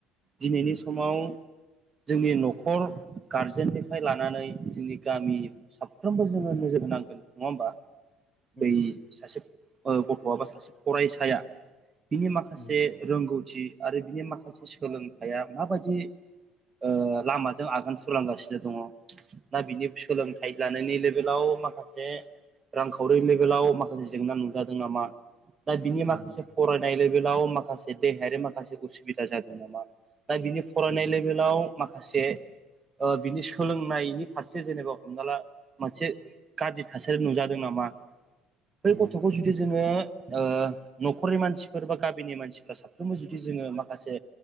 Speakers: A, on the right (about 30°); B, in the centre.
A: दिनैनि
B: उम
A: समाव जोंनि न'खर गारजेननिफ्राय लानानै जोंनि गामि साफ्रोमबो जोङो नो जोर होनांगोन नङा होमबा?
B: उम
A: बै सासे गथ'आ बा सासे फरायसाया बिनि माखासे
B: उम
A: रोंगौथि आरो बिनि माखासे सोलोंथाइया माबायदि ओ लामाजों आगान सुरलांगासिनो दङ ना बिनि सोलोंथाइ लानायनि लेभेलाव खौ माखासे रांखावरि लेभेलाव माखासे जेंना नुजादों नामा दा बिनि माखासे
B: उम
A: फरायनाय लेभेल लेबेलाव माखासे देहायारि माखासे उसुबिदा जादों नामा दा बिनि फरायनाय
B: उम
A: लेभेलाव माखासे ओ बिनि सोलोंनायनि फारसे जेनेबा हमना ला मोनसे गाज्रि थासारि नुजादों दों नामा बै
B: उम
A: गथ'खौ जुदि जोङो ओ न'खरनि मानसिफोर बा गामिनि मानसिफ्रा साफ्रोमबो जुदि जोङो माखासे